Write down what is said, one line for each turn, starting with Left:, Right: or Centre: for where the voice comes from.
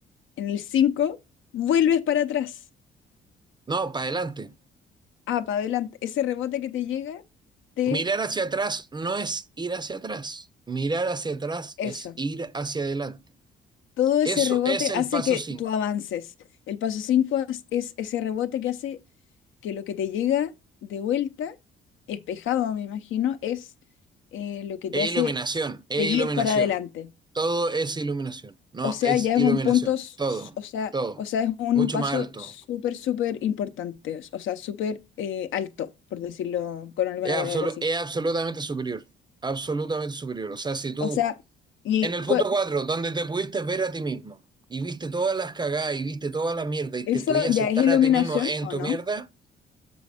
Left: en el 5 vuelves para atrás.
Right: No, para adelante.
Left: Ah, para adelante. Ese rebote que te llega, te...
Right: Mirar hacia atrás no es ir hacia atrás. Mirar hacia atrás
Left: Eso.
Right: es ir hacia adelante.
Left: Todo ese
Right: Eso
Left: rebote
Right: es el
Left: hace
Right: paso
Left: que
Right: 5.
Left: tú avances. El paso 5 es es ese rebote que hace que lo que te llega de vuelta, espejado, me imagino, es eh, lo que te
Right: E
Left: hace
Right: iluminación,
Left: s-
Right: e
Left: seguir
Right: iluminación.
Left: para adelante.
Right: Todo es iluminación. No,
Left: O sea,
Right: es
Left: ya es
Right: iluminación.
Left: un punto, s-
Right: Todo,
Left: s- o sea,
Right: todo.
Left: o sea, es un
Right: Mucho
Left: paso
Right: más alto.
Left: súper, súper importante, o sea, súper eh, alto, por decirlo con alguna
Right: Es, absolu-
Left: palabra así.
Right: es absolutamente superior. Absolutamente superior. O sea, si tú,
Left: O sea, y
Right: en el punto
Left: cu-
Right: 4, donde te pudiste ver a ti mismo y viste todas las cagadas y viste toda la mierda y
Left: eso
Right: te pudiste
Left: ya
Right: aceptar
Left: es iluminación,
Right: a ti mismo en
Left: ¿o
Right: tu
Left: no?
Right: mierda,